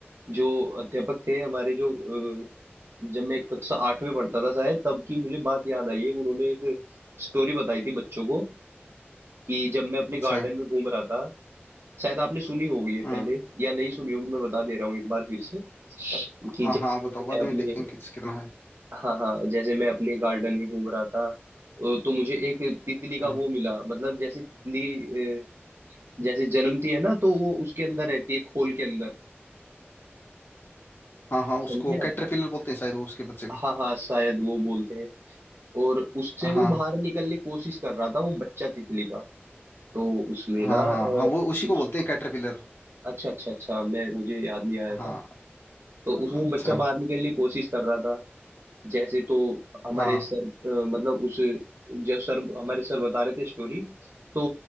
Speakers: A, on the right; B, on the left.
A: जो अध्यापक थे हमारे जो अ, जब मैं कक्षा आठ में पढ़ता था शायद तब की मुझे बात याद आई है उन्होंने एक स्टोरी बताई थी बच्चों को कि जब मैं अपने
B: अच्छा
A: गार्डन में घूम रहा था शायद आपने सुनी होगी ये
B: हाँ
A: पहले या नहीं सुनी होगी मैं बता दे रहा हूँ एक बार फिर से कि
B: हाँ
A: जैसे
B: हाँ
A: कि
B: बताओ
A: मैं
B: बाद में
A: अपने
B: देखें किस कितना है
A: हाँ हाँ जैसे मैं अपने गार्डन में घूम रहा था अ, तो मुझे एक तितली
B: अच्छा
A: का वो मिला मतलब जैसे तितली अ, जैसे जन्मती है ना तो वो उसके अंदर रहती है खोल के अंदर
B: हाँ हाँ उसको
A: समझे आप
B: कैटरपिलर बोलते हैं शायद वो उसके बच्चे को
A: हाँ हाँ शायद वो बोलते हैं और उससे वो
B: हाँ
A: बाहर निकलने की कोशिश कर रहा था वो बच्चा तितली का तो उसमें
B: हाँ
A: ना अ,
B: हाँ हाँ वो उसी को
A: उस
B: बोलते हैं कैटरपिलर
A: अच्छा अच्छा अच्छा मैं मुझे याद नहीं आया
B: हाँ
A: था तो
B: अच्छा
A: उस वो बच्चा बाहर निकलने की कोशिश कर रहा था जैसे तो हमारे
B: हाँ
A: सर अ, मतलब उस जब सर हमारे सर बता रहे थे स्टोरी तो